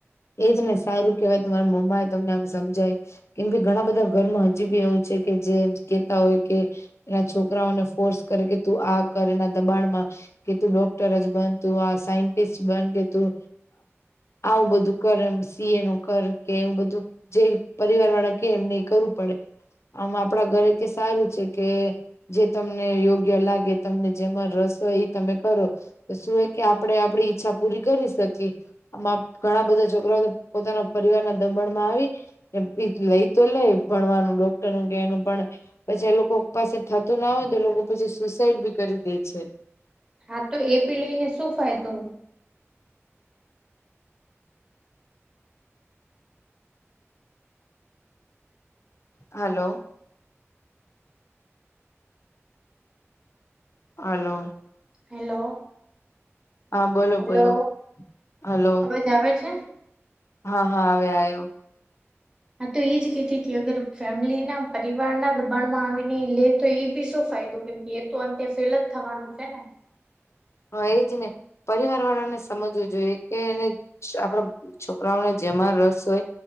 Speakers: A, on the left (about 65°); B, on the right (about 15°).
A: એજ ને સારું કેહેવાય તમારા મમ્મા એ તમને આમ સમજાય કેમ કે ઘણા બધા ઘરમાં હજી બી એવું છે કે જે કેતા હોય કે એના છોકરાઓને ફોર્સ કરે કે તું આ કર એના દબાણમાં કે તું ડોક્ટર જ બન તું આ સાયન્ટિસ્ટ બન કે તું આવું બધું. કર એમ સી એ નું કર કે એવું બધું જે પરિવાર વાળા કે એમને એ કરવું પડે આમ આપણા ઘરે કે સારું છે કે જે તમને યોગ્ય લાગે તમને જેમાં રસ હોય એ તમે કરો તો શું એ કે આપણેે આપડી ઈચ્છા પૂરી કરી શકીએ આમાં ઘણા બધા છોકરાઓ પોતાના પરિવાર ના દબણમાં આવી એ લઈ તો લઈ ભણવાનું ડોક્ટર નું કે એનું પણ પછી એ લોકો ઉપાસે થતું ના હોય તો લોકો પછી સુસાઈડ બી કરી દે છે.
B: હા તો એ પી લઈને શું ફાયદો
A: હલો. હલો.
B: હેલો
A: હા બોલો
B: હેલો
A: બોલો હલો
B: અવાજ આવે છે?
A: હા હા હવે આવ્યો.
B: આ તો એજ કેતીથી અગર ફેમિલી ના પરિવાર ના દબાણ માં આવીને લે તો એ બી શું ફાયદો? કેમ કે એ તો અંતે ફેલ જ થવાનું છે ને
A: હા એજ ને પરિવાર વાળા ને સમજવું જોઈએ કેને આપણા છોકરાઓને જેમાં રસ હોય